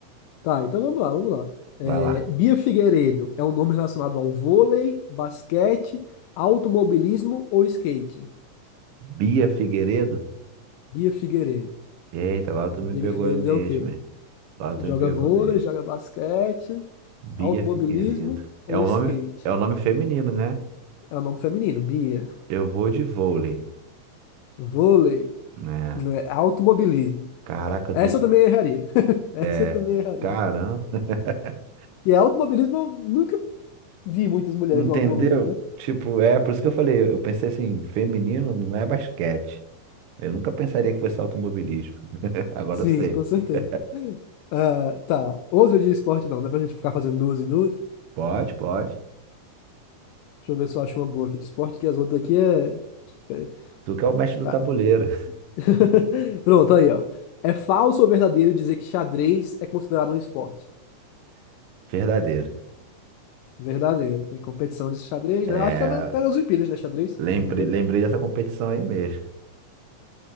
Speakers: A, on the left; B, on the right.
A: Tá, então vamos lá, vamos lá. É,
B: Vai lá.
A: Bia Figueiredo é um nome relacionado ao vôlei, basquete, automobilismo ou skate?
B: Bia Figueiredo?
A: Bia Figueiredo.
B: Eita, agora tu
A: A
B: me
A: Bia
B: pegou
A: Figueiredo
B: mesmo,
A: é o quê?
B: hein? Agora
A: Joga
B: tu me pegou
A: vôlei,
B: mesmo.
A: joga basquete,
B: Bia
A: automobilismo
B: Figueiredo.
A: ou
B: É um
A: skate?
B: nome, é um nome feminino, né?
A: É o nome feminino, Bia.
B: Eu vou de vôlei,
A: Vôlei,
B: né?
A: né, automobilismo.
B: Caraca,
A: Essa
B: de-
A: eu também erraria. <laughs> Essa
B: é.
A: eu também erraria.
B: Caramba. <laughs>
A: E é automobilismo, eu nunca vi muitas mulheres
B: Entendeu?
A: no automobilismo, né?
B: Tipo, é por isso que eu falei, eu pensei assim, feminino não é basquete. Eu nunca pensaria que fosse automobilismo. <laughs> Agora
A: Sim,
B: eu sei.
A: com certeza.
B: <laughs>
A: Ah, tá. Outra de esporte não, dá pra gente ficar fazendo duas e duas.
B: Pode, pode.
A: Deixa eu ver se eu acho uma boa aqui de esporte, que as outras aqui é. Peraí.
B: Tu que é o mestre do
A: Tá.
B: tabuleiro.
A: <laughs> Pronto, aí, ó. É falso ou verdadeiro dizer que xadrez é considerado um esporte?
B: <laughs> Verdadeiro.
A: Verdadeiro. Tem competição de xadrez,
B: É,
A: né? Eu Acho que tá, na, tá nas Olimpíadas, né? Xadrez,
B: lembrei,
A: se eu não me engano.
B: lembrei dessa competição aí mesmo.